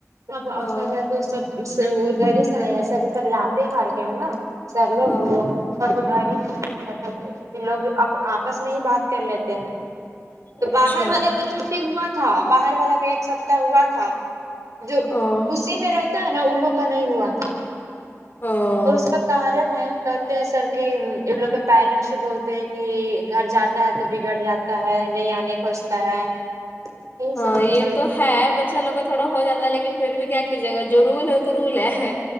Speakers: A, on the right; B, on the left.
A: سب
B: ا
A: ہوسٹل ہے تو سب ادھر ہی سب سب لاتے ہیں ہر کے ہے نا سب لوگ
B: ا
A: <unintelligible> سب ادھر ہی لوگ آپس میں ہی بات کر لیتے ہیں تو
B: اچھا
A: باہر والا کا چھٹی ہوا تھا باہر والا کا ایک سپتہ ہوا تھا جو
B: ا
A: اسی میں رہتا ہے نا ان لوگ کا نہیں ہوا تھا
B: او
A: اور اس کا کارن ہے کہتے ہیں سر کہ ان لوگ کے پیرنٹس بولتے ہیں کہ گھر جاتا ہے تو بگڑ جا تا ہے نہیں آنے کا سوچتا ہے یہی
B: ہاں
A: سب کچھ
B: یہ
A: چلتا
B: تو ہے بٹ اچھا لوگ کا تھوڑا ہو جاتا لیکن پھر بھی کیا کیجیے گا جو رول ہے تو رول ہے